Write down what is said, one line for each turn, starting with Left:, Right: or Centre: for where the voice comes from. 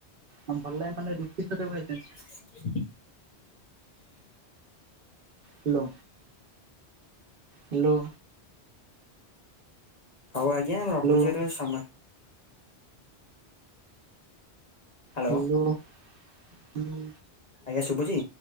Right: ଆ ଭଲ ଲାଗେ ମାନେ ରୁଟି ସହିତ ଖାଇଛନ୍ତି।
Left: <inaudible>
Right: Hello hello.
Left: ହଉ ଆଜ୍ଞା ମୁଁ ରଖୁଚି
Right: ହ୍ୟାଲୋ
Left: କେତେବେଳେ ସମୟ ହ୍ୟାଲୋ
Right: ହାଲୋ ହୁଁ।
Left: ଆଜ୍ଞା ଶୁଭୁଛି?